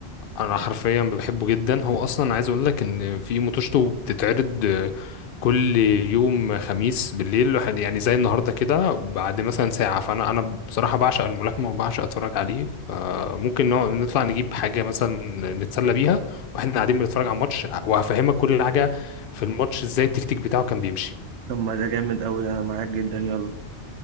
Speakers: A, on the left; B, on the right.
A: انا حرفيا بحبه جدا هو اصلا عايز اقول لك ان في موتوشته بتتعرض آه، كل يوم خميس بالليل واحد- يعني زي النهارده كده بعد مثلا ساعه فانا انا بصراحه بعشق الملاكمه وبعشق اتفرج عليه فممكن نوع- نطلع نجيب حاجه مثلا نتسلى بيها واحنا قاعدين بنتفرج على الماتش وهفهمك كل حاجه في الماتش ازاي التكتيك بتاعه كان بيمشي
B: طب ما ده جامد أوي أنا معاك جدا يلا